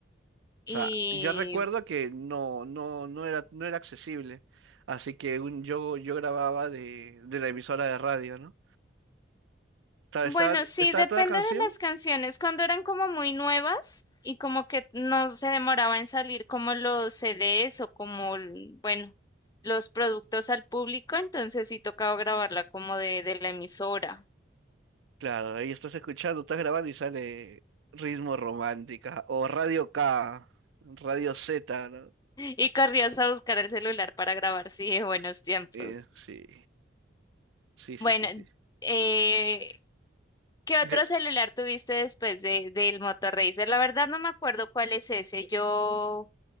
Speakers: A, on the left (about 20°); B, on the right (about 75°).
A: Y
B: O sea, yo recuerdo que no, no, no era, no era accesible. Así que un, yo, yo grababa de, de la emisora de radio, ¿no? Estaba,
A: bueno,
B: estaba,
A: sí,
B: estaba
A: depende
B: toda canción,
A: de las canciones. Cuando eran como muy nuevas y como que no se demoraba en salir como los CDs o como, l- bueno, los productos al público, entonces sí tocaba grabarla como de, de la emisora.
B: claro, ahí estás escuchando, estás grabando y sale Ritmo Romántica o Radio K, Radio Z, ¿no?
A: Y corrías a buscar el celular para grabar, sí, de buenos tiempos.
B: Eh, sí, sí, sí,
A: Bueno,
B: sí, sí.
A: eh, ¿qué otro
B: Eh,
A: celular tuviste después de, del Motorracer? La verdad no me acuerdo cuál es ese. Yo,